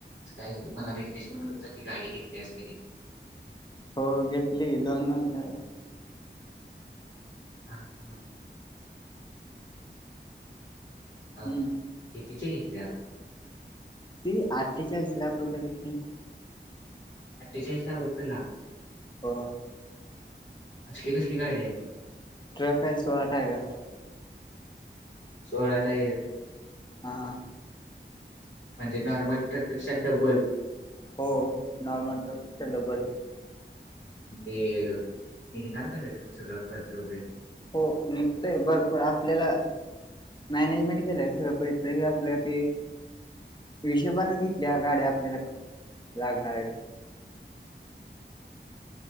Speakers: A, on the left; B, on the left.
A: काय मला विक्नेस म्हण हो की गाडी घेतली असगैरी
B: हो घेतली ग दोन महिने झा
A: हा हा ह
B: हम्म
A: अ कीतीच्या घेतल्या
B: ती अठ्ठेचाळीस लाख रुपये घेतली
A: अठ्ठेचाळीस चाळीस लाख रुपये ला
B: हो
A: असली कसली गाडी्या आहे
B: <inaudible>
A: सोळा टायर
B: हा
A: म्हणजे नॉर्मल ट्रकपेक्षा डबल
B: हो नॉर्मल ट्रक पेक्षा डबल
A: अ ते निघणार काय त्यातून सगळा खर्च वैगरे
B: हो निघतोय भरपूर आपल्याला मॅनेजमेंट केलं र सगळं पैसेही आपल्या ते हिशोबानेच घेतल्या गाड्या आपल्याला लागणार आहे त्या